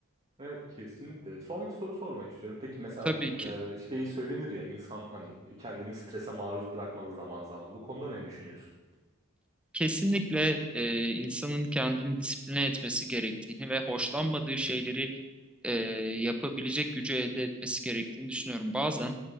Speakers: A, on the right; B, in the centre.
A: Evet kesinlikle. Son bir soru sormak istiyorum. Peki mesela
B: Tabii ki.
A: e, şeyi söylenir ya insan hani kendini strese maruz bırakmalı zaman zaman. Bu konuda ne düşünüyorsun?
B: Kesinlikle e, insanın kendini disipline etmesi gerektiğini ve hoşlanmadığı şeyleri e, yapabilecek gücü elde etmesi gerektiğini düşünüyorum. Bazen